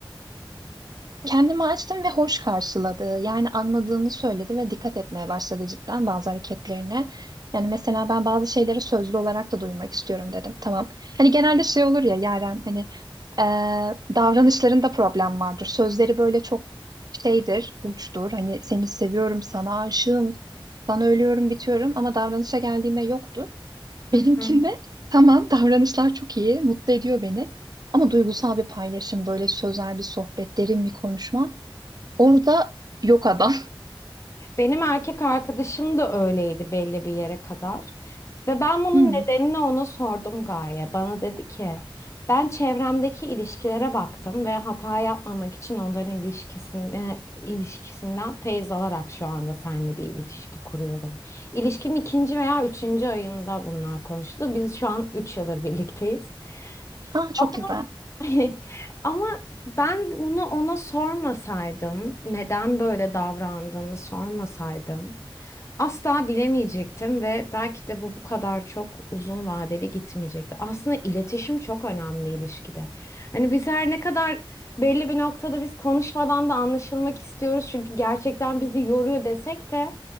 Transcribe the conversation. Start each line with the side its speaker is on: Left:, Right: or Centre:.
Right: Kendimi açtım ve hoş karşıladı. Yani anladığını söyledi ve dikkat etmeye başladı cidden bazı hareketlerine. Yani mesela ben bazı şeyleri sözlü olarak da duymak istiyorum dedim. Tamam. Hani genelde şey olur ya Yaren hani eee, davranışlarında problem vardır. Sözleri böyle çok şeydir, uçtur. Hani seni seviyorum, sana aşığım, sana ölüyorum, bitiyorum ama davranışa geldiğinde yoktur.
Left: Hı
Right: Benimkinde
Left: hı.
Right: tamam davranışlar çok iyi, mutlu ediyor beni. Ama duygusal bir paylaşım, böyle sözel bir sohbet, derin bir konuşma. Orada yok adam. <laughs>
Left: Benim erkek arkadaşım da öyleydi belli bir yere kadar. Ve ben bunun
Right: Hmm.
Left: nedenini ona sordum Gaye. Bana dedi ki ben çevremdeki ilişkilere baktım ve hata yapmamak için onların ilişkisini, ilişkisinden feyz alarak şu anda seninle bir ilişki kuruyorum. İlişkinin ikinci veya üçüncü ayında bunlar konuştu. Biz şu an üç yıldır birlikteyiz.
Right: Aa, çok
Left: Ama
Right: güzel.
Left: <laughs> ama ben bunu ona sormasaydım, neden böyle davrandığını sormasaydım, asla bilemeyecektim ve belki de bu bu kadar çok uzun vadeli gitmeyecekti. Aslında iletişim çok önemli ilişkide. Hani biz her ne kadar belli bir noktada biz konuşmadan da anlaşılmak istiyoruz çünkü gerçekten bizi yoruyor desek de